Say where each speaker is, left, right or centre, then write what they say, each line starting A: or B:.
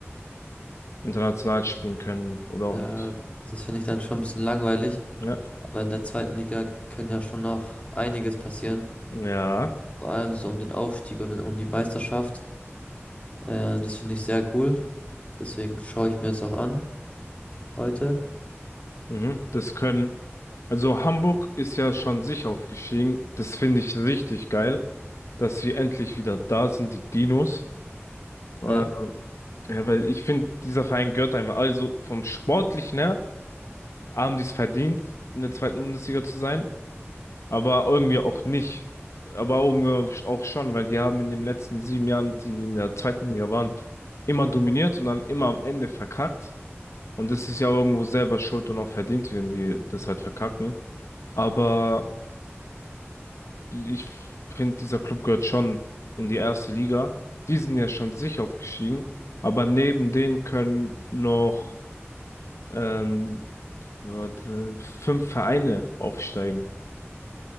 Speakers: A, on the left; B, on the left.
A: international spielen können oder
B: äh,
A: auch nicht.
B: das finde ich dann schon ein bisschen langweilig.
A: Ja.
B: Aber in der zweiten Liga kann ja schon noch einiges passieren.
A: Ja.
B: Vor allem so um den Aufstieg und um die Meisterschaft. Äh, das finde ich sehr cool. Deswegen schaue ich mir das auch an heute.
A: Mhm. Das können. Also Hamburg ist ja schon sich aufgestiegen. Das finde ich richtig geil, dass sie endlich wieder da sind, die Dinos. Äh,
B: Ja,
A: ja, weil ich finde, dieser Verein gehört einfach. Also vom Sportlichen her haben die es verdient, in der zweiten Bundesliga zu sein. aber irgendwie auch nicht. Aber irgendwie auch schon, weil die haben in den letzten sieben Jahren, die in der zweiten Liga waren, immer dominiert und dann immer am Ende verkackt. Und das ist ja irgendwo selber schuld und auch verdient, wenn die das halt verkacken. Aber ich finde, dieser Club gehört schon in die erste Liga. Die sind ja schon sicher aufgestiegen. Aber neben denen können noch ähm, warte, fünf Vereine aufsteigen.